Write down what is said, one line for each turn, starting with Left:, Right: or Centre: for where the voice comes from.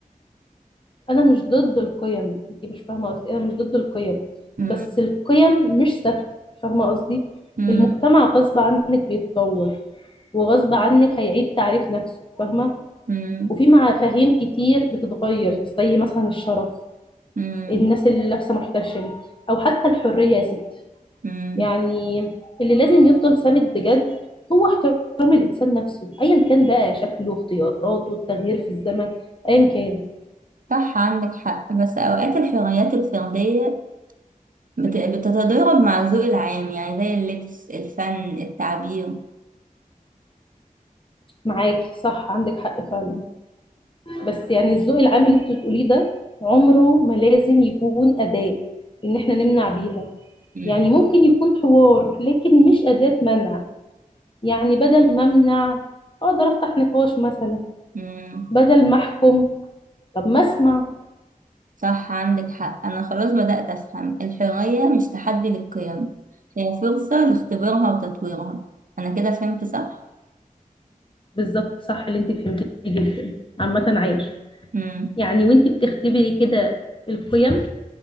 Left: أنا مش ضد القيم أنت مش فاهمة قصدي أنا مش ضد القيم
Right: مم،
Left: بس القيم مش ثابتة فاهمة قصدي؟
Right: مم،
Left: المجتمع غصب عنك بيتطور وغصب عنك هيعيد تعريف نفسه فاهمة؟
Right: مم،
Left: وفي مفاهيم كتير بتتغير زي مثلا الشرف
Right: مم،
Left: الناس اللي لابسة محتشم أو حتى الحرية يا ستي
Right: مم.
Left: يعني اللي لازم يفضل سامد بجد هو احترام الإنسان نفسه أيا كان بقى شكله اختياراته التغيير في الزمن أيا كان
Right: صح عندك حق بس أوقات الحريات الفردية بت- بتتضارب مع الذوق العام يعني زي اللبس الفن التعبير
Left: معاكي صح عندك حق فعلا بس يعني الذوق العام اللي انت بتقوليه ده عمره ما لازم يكون أداة إن احنا نمنع بيها
Right: مم.
Left: يعني ممكن يكون حوار لكن مش أداة منع يعني بدل ما أمنع أقدر أفتح نقاش مثلا
Right: مم.
Left: بدل ما أحكم طب ما أسمع
Right: صح عندك حق أنا خلاص بدأت أفهم الحرية مش تحدي للقيم هي فرصة لاختبارها وتطويرها أنا كده فهمت صح؟
Left: بالظبط صح اللي انت فهمتيه جدا عامة عايش
Right: مم.
Left: يعني وانت بتختبري كده القيم